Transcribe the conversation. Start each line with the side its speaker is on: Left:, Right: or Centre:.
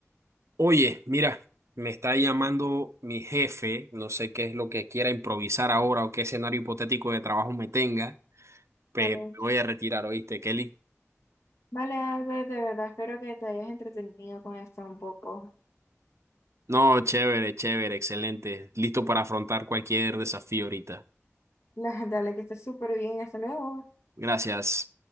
Right: Oye, mira, me está llamando mi jefe, no sé qué es lo que quiera improvisar ahora o qué escenario hipotético de trabajo me tenga, pero
Left: Vale.
Right: me voy a retirar, ¿oíste, Kelly?
Left: Vale, Albert, de verdad, espero que te hayas entretenido con esto un poco.
Right: No, chévere, chévere, excelente, listo para afrontar cualquier desafío ahorita.
Left: <laughs> Dale, que estés súper bien. Hasta luego.
Right: Gracias.